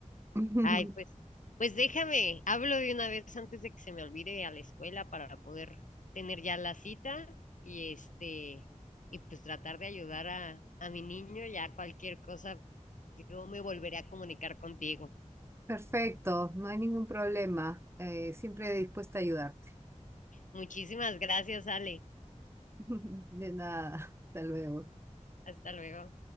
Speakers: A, on the right; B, on the left.
A: <laughs>
B: Ay, pues, pues déjame, hablo de una vez antes de que se me olvide a la escuela para poder tener ya la cita y este, y pues tratar de ayudar a, a mi niño, ya cualquier cosa, yo me volveré a comunicar contigo.
A: Perfecto, no hay ningún problema. Eh, siempre dispuesta a ayudarte.
B: Muchísimas gracias, Ale.
A: <laughs> De nada, hasta luego.
B: Hasta luego.